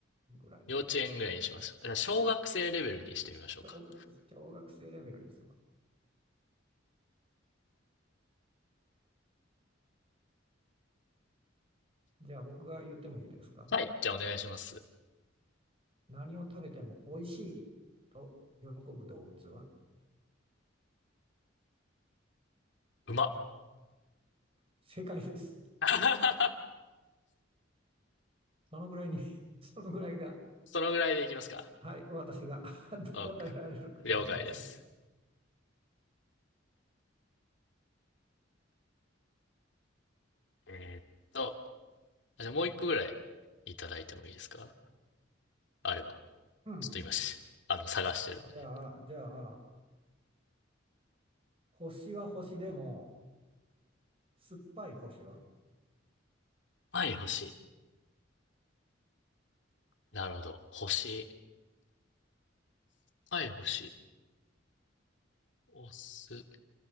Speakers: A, on the right (about 30°); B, on the left (about 65°).
A: ぐらいな感じの。
B: 幼稚園ぐらいにします。じゃあ小学生レベルにしてみましょうか。
A: 小学、小学生レベルにしてもらう。じゃあ僕が言ってもいいですか
B: はい。じゃあお願いします。
A: 何を食べても美味しいと喜ぶ動物は
B: うまっ。
A: 正解です。
B: <laughs>
A: そのぐらいに <laughs> そのぐらいが、
B: そのぐらいでいきますか。
A: はい、私が <laughs>
B: OK。
A: 答えられるかもしれません。
B: 了解です。えーっと、じゃあもう一個ぐらいいただいてもいいですかあれば。
A: うん。
B: ちょっと今し、あの、探してるので。
A: じゃあ、じゃあ、星は星でも、酸っぱい星は
B: はい、星。なるほど。星。はい、星。おす。